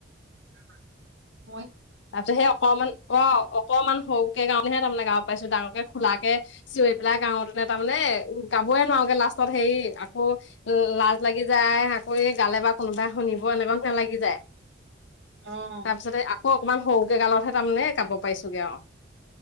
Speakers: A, on the right; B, on the left.
A: কাৰ কাৰণে।
B: তাৰ পিছত সেই অকণমান অ অকমান সৰুকে গাওঁলে তাৰমানে গাঁও। পাইছো ডাঙৰকে খোলাকে চিঞৰি পেলাই গাঁৱ তোনে তাৰ মানে গাবই নোৱাৰগে লাষ্টত হেৰি আকৌ লাজ লাগি যায়। আকৌ গালে বা কোনোবাই শুনিব এনেকুৱা নালাগি যায়।
A: অহ।
B: তাৰ পিছতে আকৌ অকমান সৰুকে গালতেহে। যাম নে কাব পাইছোগে আও।